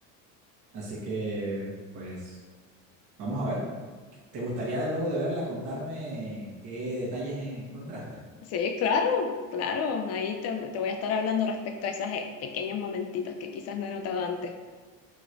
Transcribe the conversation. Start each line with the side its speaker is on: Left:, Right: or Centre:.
Right: Así que, pues, vamos a ver. ¿Te gustaría luego de verla contarme qué detalles en- encontraste?
Left: Sí, claro, claro. Ahí te, te voy a estar hablando respecto a esos eh, pequeños momentitos que quizás no he notado antes.